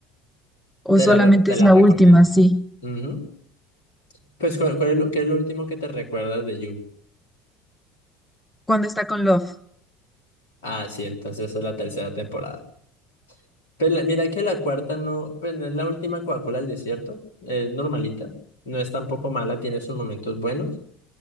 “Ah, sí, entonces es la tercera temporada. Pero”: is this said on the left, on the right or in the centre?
Left